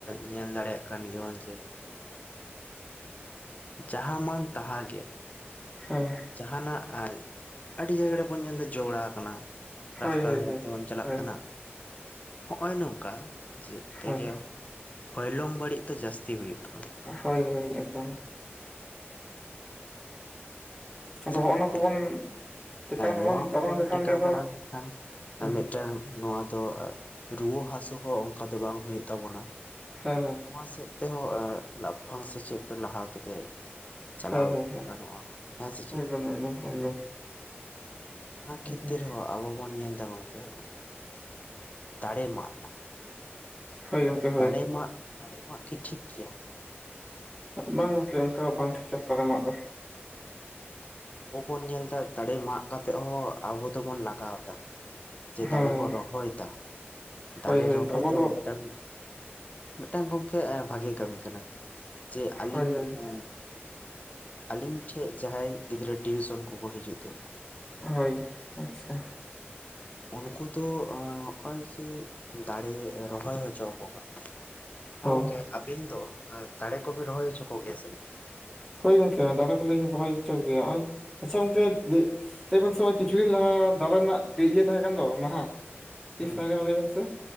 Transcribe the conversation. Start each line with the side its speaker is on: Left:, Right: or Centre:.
Left: ᱧᱮᱞ ᱫᱟᱲᱮᱭᱟᱜ ᱠᱟᱱ ᱜᱮᱭᱟ ᱵᱚᱱ ᱡᱮ ᱡᱟᱦᱟᱸ ᱢᱟᱱ ᱛᱟᱦᱟᱸ ᱜᱮ
Centre: ᱦᱮᱸ
Left: ᱡᱟᱸᱦᱟᱱᱟᱜ ᱟᱡ ᱟᱹᱰᱤ ᱡᱟᱭᱜᱟ ᱨᱮᱵᱚᱱ ᱧᱮᱞ ᱫᱟ ᱡᱚᱵᱟᱲᱟ ᱠᱟᱱᱟ
Centre: ᱦᱳᱭ
Left: ᱨᱟᱥᱛᱟ
Centre: ᱦᱳᱭ
Left: ᱫᱷᱲᱟᱨᱮ
Centre: ᱦᱳᱭ
Left: ᱛᱮᱦᱚᱢ ᱪᱟᱞᱟᱜ
Centre: ᱦᱳᱭ
Left: ᱠᱟᱱᱟ ᱦᱚᱸᱜᱼᱚᱭ ᱱᱚᱝᱠᱟ ᱡᱮᱣᱮᱫ ᱛᱮᱜᱮ
Centre: ᱦᱳᱭ
Left: ᱦᱚᱭᱞᱚᱝ ᱵᱟᱹᱲᱤᱡ ᱛᱚ ᱡᱟᱹᱥᱛᱤ ᱦᱩᱭᱩᱜ ᱠᱟᱱᱟ
Centre: ᱦᱳᱭ ᱦᱳᱭ ᱮᱠᱫᱚᱢ ᱟᱫᱚ
Left: ᱟᱪᱪᱷᱟ
Centre: ᱦᱚᱸᱜᱼᱚ
Left: ᱜᱚᱝᱠᱮ
Centre: ᱱᱟ ᱠᱚᱵᱚᱱ ᱴᱮᱠᱟᱣ ᱫᱟᱨᱟᱢ
Left: ᱱᱚᱣᱟ ᱠᱚᱵᱚᱱ
Centre: ᱫᱟᱨᱟᱢ ᱞᱮᱠᱷᱟᱱ
Left: ᱴᱮᱠᱟᱣ
Centre: ᱜᱮ ᱟᱫᱚ
Left: ᱫᱟᱨᱟᱢ ᱠᱷᱟᱱ
Centre: ᱦᱮᱸ
Left: ᱢᱤᱫᱴᱟᱹᱝ ᱱᱚᱶᱟ ᱫᱚ ᱨᱩᱣᱟᱹ ᱦᱟᱹᱥᱩ ᱦᱚᱸ ᱚᱱᱠᱟ ᱫᱚ ᱵᱟᱝ ᱦᱩᱭᱩᱜ ᱛᱟᱵᱚᱱᱟ᱾
Centre: ᱦᱮᱸ
Left: ᱱᱚᱣᱟ ᱥᱮᱫ ᱛᱮᱦᱚᱸ ᱞᱟᱯᱷᱟᱝ ᱥᱮᱪᱮᱫ ᱫᱚ ᱞᱟᱦᱟ ᱛᱮᱜᱮ ᱪᱟᱞᱟᱣ
Centre: ᱦᱮᱸ ᱦᱮᱸ ᱦᱮᱸ
Left: ᱜᱟᱱᱚᱜᱼᱟ ᱦᱮᱸ ᱥᱮ ᱪᱮᱫ
Centre: <unintelligible>
Left: ᱚᱱᱟ ᱠᱷᱮᱛᱛᱮ
Centre: ᱮᱠᱫᱚᱢ
Left: ᱨᱮ ᱦᱚᱸ ᱟᱵᱚ ᱵᱚᱱ ᱧᱮᱞ ᱮᱫᱟ ᱜᱚᱝᱠᱮ, ᱫᱟᱲᱮ ᱢᱟᱜᱽ
Centre: ᱦᱳᱭ ᱜᱚᱝᱠᱮ ᱦᱳᱭ
Left: ᱫᱟᱲᱮ ᱢᱟᱜ ᱫᱟᱲᱮ ᱢᱟᱜ ᱠᱤ ᱴᱷᱤᱠ ᱜᱮᱭᱟ?
Centre: ᱵᱟᱝ ᱜᱚᱢᱠᱮ ᱚᱱᱠᱟ ᱵᱟᱝ ᱴᱷᱤᱠ ᱟ ᱛᱟᱨᱟᱢᱟᱜ ᱫᱚ
Left: ᱟᱵᱚ ᱵᱚᱱ ᱧᱮᱞ ᱫᱟ ᱫᱟᱨᱮ ᱢᱟᱜ ᱠᱟᱛᱮᱫ ᱦᱚᱸ ᱟᱵᱚ ᱫᱚᱵᱚᱱ ᱞᱟᱜᱟᱣ ᱫᱟ ᱡᱮ
Centre: ᱦᱮᱸ
Left: ᱫᱟᱨᱮ ᱵᱚ ᱨᱚᱦᱚᱭ ᱫᱟ
Centre: ᱦᱳᱭ
Left: ᱫᱟᱨᱮ
Centre: ᱦᱳᱭ
Left: ᱨᱚᱦᱚᱭ
Centre: ᱟᱵᱚ
Left: ᱫᱚ ᱢᱤᱫ ᱴᱟᱝ ᱢᱤᱫ ᱴᱟᱝ ᱜᱚᱢᱠᱮ ᱵᱷᱟᱹᱜᱤ ᱠᱟᱹᱢᱤ ᱠᱟᱱᱟ ᱡᱮ ᱟᱹᱞᱤᱧ
Centre: ᱦᱳᱭ ᱦᱳᱭ
Left: ᱮᱸ ᱟᱞᱤᱧ ᱴᱷᱮᱡ ᱡᱟᱦᱟᱸᱭ ᱜᱤᱫᱽᱨᱟᱹ ᱴᱤᱭᱩᱥᱚᱱ ᱠᱚᱠᱚ ᱦᱤᱡᱩᱜ ᱫᱚ
Centre: ᱦᱳᱭ ᱟᱪᱪᱷᱟ
Left: ᱱᱩᱠᱩ ᱫᱚ ᱦᱚᱸᱜᱼᱚᱭ ᱡᱮ ᱫᱟᱲᱮ ᱨᱚᱦᱚᱭ ᱦᱚᱪᱚ ᱠᱚ ᱠᱟᱱᱟ ᱦᱮᱸ
Centre: ᱚ
Left: ᱜᱚᱢᱠᱮ ᱟᱹᱵᱤᱱ ᱫᱚ ᱫᱟᱨᱮ ᱠᱚᱵᱤᱱ ᱨᱚᱦᱚᱭ ᱦᱚᱪᱚ ᱠᱚᱜᱮᱭᱟ ᱥᱮ ᱵᱟᱝ
Centre: ᱦᱳᱭ ᱜᱚᱝᱠᱮ ᱫᱟᱨᱮ ᱠᱚᱞᱤᱧ ᱨᱚᱦᱚᱭ ᱦᱚᱪᱚ ᱠᱮᱭᱟ ᱱᱚᱸᱜᱼᱚᱭ ᱟᱪᱪᱷᱟ ᱜᱚᱝᱠᱮ ᱞᱟᱹᱭ ᱵᱤᱱ ᱥᱮ ᱠᱤᱪᱷᱩ ᱫᱤᱱ ᱞᱟᱦᱟ ᱫᱟᱨᱮ ᱨᱮᱱᱟᱜ ᱤᱭᱟᱹ ᱛᱟᱦᱮᱸ ᱠᱟᱱ ᱫᱚ ᱢᱟᱦᱟ ᱛᱤᱥ
Left: ᱦᱩᱸ
Centre: ᱛᱟᱦᱮᱸ ᱠᱟᱱᱟ ᱞᱟᱹᱭ ᱵᱤᱱ ᱥᱮ